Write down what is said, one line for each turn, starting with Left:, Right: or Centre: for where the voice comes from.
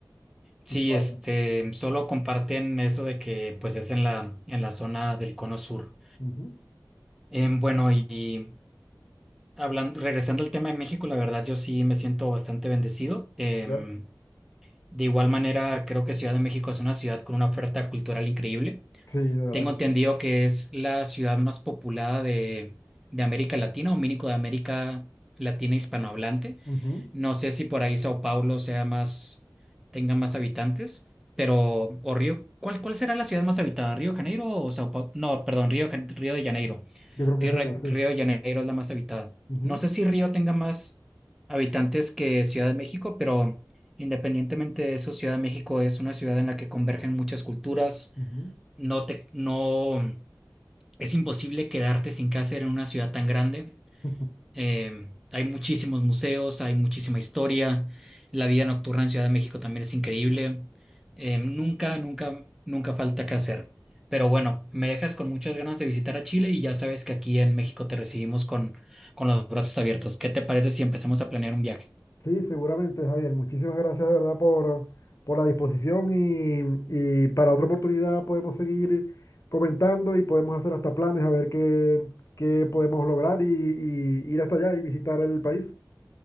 Centre: Sí,
Left: Ushuaia.
Centre: este, solo comparten eso de que pues es en la, en la zona del cono sur.
Left: Ujú,
Centre: Em, bueno, y hablando, regresando al tema de México, la verdad yo sí me siento bastante bendecido. Em,
Left: ¿Ya?
Centre: de igual manera, creo que Ciudad de México es una ciudad con una oferta cultural increíble.
Left: Sí, de verdad
Centre: Tengo
Left: que
Centre: entendido
Left: sí.
Centre: que es la ciudad más poblada de, de América Latina o mínimo de América Latina hispanohablante.
Left: Ujú,
Centre: No sé si por ahí Sao Paulo sea más, tenga más habitantes, pero, o Río, ¿cuál, cuál será la ciudad más habitada? ¿Río de Janeiro o Sao Paulo? No, perdón, Río, Jan- Río de Janeiro.
Left: Yo creo que
Centre: Río,
Left: es Río,
Centre: Ra-
Left: sí.
Centre: Río de Janeiro es la más habitada.
Left: Ujú,
Centre: No sé si Río tenga más habitantes que Ciudad de México, pero independientemente de eso, Ciudad de México es una ciudad en la que convergen muchas culturas
Left: ujú.
Centre: no te, no, es imposible quedarte sin qué hacer en una ciudad tan grande.
Left: <laughs>
Centre: Eh, hay muchísimos museos, hay muchísima historia. La vida nocturna en Ciudad de México también es increíble. Eh, nunca, nunca, nunca falta qué hacer. Pero bueno, me dejas con muchas ganas de visitar a Chile y ya sabes que aquí en México te recibimos con, con los brazos abiertos. ¿Qué te parece si empezamos a planear un viaje?
Left: Sí, seguramente, Javier. Muchísimas gracias de verdad por, por la disposición y, y para otra oportunidad podemos seguir comentando y podemos hacer hasta planes a ver qué, qué podemos lograr y, y ir hasta allá y visitar el país.